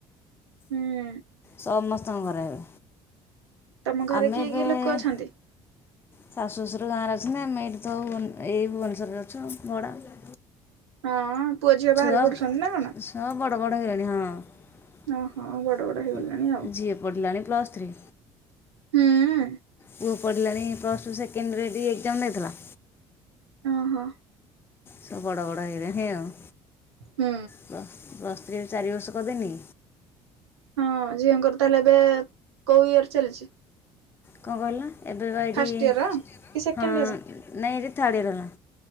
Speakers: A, on the right; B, on the left.
A: ହୁଁ
B: ସମସ୍ତଙ୍କ ଘର ଏବେ
A: ତମ ଘରେ
B: ଆମେ
A: କିଏ
B: ଏବେ
A: କିଏ ଲୋକ ଅଛନ୍ତି?
B: ଶାଶୁ ଶ୍ୱଶୁର ଗାଁରେ ଅଛନ୍ତି, ଆମେ ଏଠି ତ ଏଇ ଭୁବନେଶ୍ୱରରେ ଅଛୁ, ଭଡା ଆଉ
A: ହଁ ପୁଅ ଝିଅ ବାହାରେ
B: ଛୁଆ,
A: ପଢୁଛନ୍ତି ନା କଣ?
B: ଛୁଆ ବଡ-ବଡ଼ ହେଇଗଲେଣି ହଁ
A: ଓହୋ ବଡ ବଡ ହେଇଗଲେଣି ଆଉ
B: ଝିଅ ପଢ଼ିଲାଣି ପ୍ଲସ୍ ଥ୍ରୀ
A: ହୁଁ
B: ପୁଅ ପଢ଼ିଲାଣି ପ୍ଲସଟୁ ସେକେଣ୍ଡରଟି ଏକଜାମ୍ ଦେଇଥିଲା।
A: ଓହୋ
B: ସବୁ ବଡ ବଡ ହେଇଗଲେଣି ଆଉ
A: ହୁଁ।
B: ପ୍ଲ ପ୍ଲସ୍ ଥ୍ରୀ ଚାରି ବର୍ଷ କରିଦେନି।
A: ହଁ ଝିଅଙ୍କର ତାହେଲେ ଏବେ କୋଉ ଇୟର ଚାଲିଚି?
B: କଣ କଇଲ ଏବେ ବା ଏଇଠି,
A: ଫାଷ୍ଟ ଇୟର କି ସେକେଣ୍ଡ
B: ହଁ ନାଇଁ
A: ଇୟର
B: ଏଇଠି ଥାର୍ଡ ଇୟର ହେଲା।